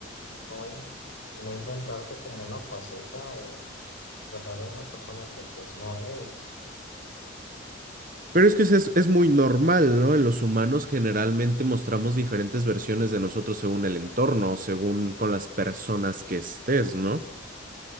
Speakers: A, on the left; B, on the right.
A: no, in- no inventarte como una faceta o tratar de una persona que pues no eres,
B: Pero es que es, es muy normal, ¿no? En los humanos generalmente mostramos diferentes versiones de nosotros según el entorno, según con las personas que estés, ¿no?